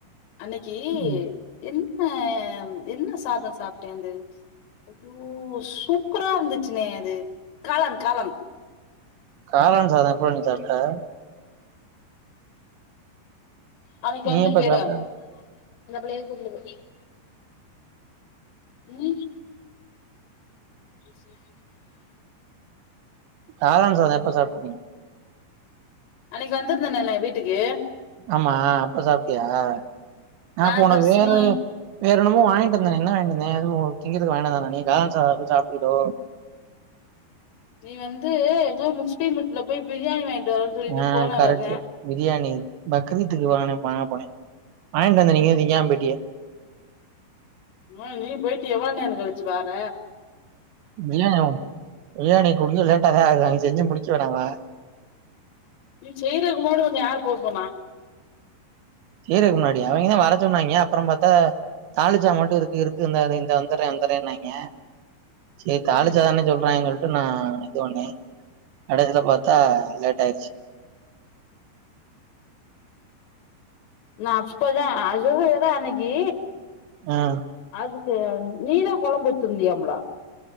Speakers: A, on the left; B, on the right.
A: அன்னைக்கி
B: ம்
A: எந் ஆம் என்ன சாதோ சாப்டேன்து ஐய்யோ சூப்பரா இருந்துச்சுண்ணே அது காளான் காளான்
B: காளான் சாதோ எப்ப நீ சாப்ட
A: அன்னைக்கு
B: நீ
A: வந்திருக்கேல
B: எப்ப சாப்ட்ட
A: அந்த பிள்ளைள் கூப்டுது ம் <inaudible>
B: காளான் சாதோ எப்ப
A: ஹலோ.
B: சாப்ட நீ
A: அன்னைக்கு வந்திருந்தண்ணேலே வீட்டுக்கு
B: ஆமா அப்ப சாப்டியா ஆ நா
A: நான்
B: அப்ப ஒனக்கு
A: தர்ஷினி
B: வேறோ வேற என்னம் என்னமோ வாங்கிட்டு வந்தனே என்ன வாங்கிட்டு வந்தன் ஒ திங்கறதுக்கு வாங்கிட்டு வந்தே <unintelligible> காளான் சாதோ போய் சாப்டியலோ
A: நீ வந்து போய் முஸ்லீம் வீட்ல போய் பிரியாணி வாங்கிட்டு வரன்னு சொல்லிட்டு
B: ஆ
A: போனவர்த
B: கரெக்ட்டு. பிரியாணி பக்ரீத்துக்கு <unintelligible> வாங்க போனே வாங்கிட்டு வந்தே நீங்கத திங்காம போயிட்டிய
A: எ நீ போயிட்டு எவ்ளோ நேரோ கழிச்சு வார்ற
B: <unintelligible> இயாணி குடுக்க லேட்டாதா ஆகு அங்க செஞ்சி முடிக்க வேணாவா
A: நீ செய்றக்கு முன்னாடி ஒண்ண யார் போ சொன்னா
B: செய்றதுக்கு முன்னாடியா அவிங்கதா வர சொன்னாய்ங்க அப்பறம் பாத்தா தால்லுச்சா மட்டு இருக்கு இருக்கு இந்தா <unintelligible> வந்துர்ரே வந்துர்ரேன்னாய்ங்க சேர் தால்லுச்சா
A: ம்.
B: சொல்றாய்ங்க சொல்ட் <unintelligible> நடக்கறத பாத்தா லேட் ஆயிருச்சு
A: நா அப்பதா ஆத் <unintelligible> அன்னைக்கி
B: ம்
A: அது <unintelligible> நீதா கொழம்பு வச்சிருந்தியாம்ல்ல